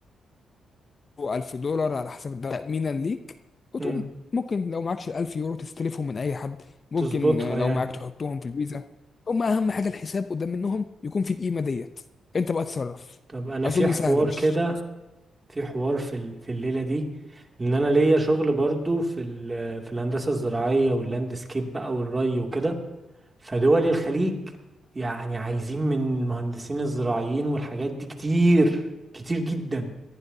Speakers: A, on the left; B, on the right.
A: 1000 دولار على حسب الدولار تأمينا ليك وتقوم
B: امم
A: ممكن لو معكش الألف يورو تستلفهم من أي حد ممكن
B: تظبطها
A: آه، لو
B: يعني
A: معاك تحطهم في الفيزا هم أهم حاجة الحساب قدام منهم يكون في القيمة ديت أنت بقى تتصرف
B: طب انا
A: أظن
B: في حوار
A: سهلة مش
B: كده في حوار في ال- في الليله دي ان انا ليا شغل برضو في ال- في الهندسه الزراعيه واللاندسكيب بقى والري وكده فدول الخليج يعني عايزين من المهندسين الزراعيين والحاجات دي كتير كتير جدا